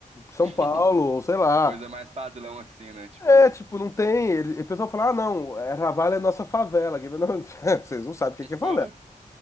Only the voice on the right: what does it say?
<laughs>
Uma coisa mais padrão, assim, né? Tipo,
pô,